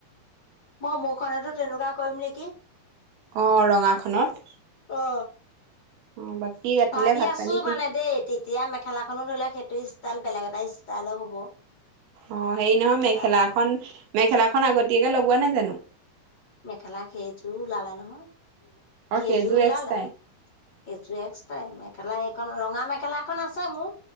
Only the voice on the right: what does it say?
অঁ ৰঙাখনত।
অ বাকী ৰাতিলে
ভাত
পানী কি
অ হে নহয় মেখেলাখন
মেখেলাখন আগতীয়াকে লগোৱা নাই জানো।
অ
সেইযোৰ
এক্সট্ৰাই